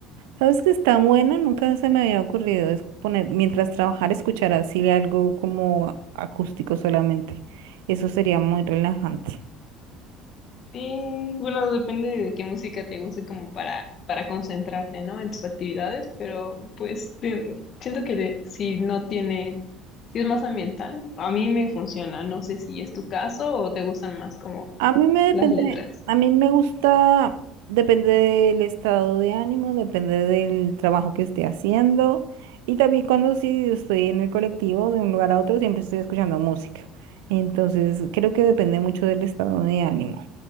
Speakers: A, on the right; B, on the left.
A: ¿Sabes que está bueno? Nunca se me había ocurrido es poner, mientras trabajar, escuchar así algo como a- acústico solamente. Eso sería muy relajante.
B: Y bueno, depende de qué música te guste como para, para concentrarte, ¿no? En tus actividades, pero pues te- siento que de- si no tiene, si es más ambiental, a mí me funciona. No sé si es tu caso o te gustan más como
A: A mí me depende,
B: las letras.
A: a mí me gusta, depende del estado de ánimo, depende del trabajo que esté haciendo. Y también cuando sí estoy en el colectivo de un lugar a otro, siempre estoy escuchando música. Entonces, creo que depende mucho del estado de ánimo,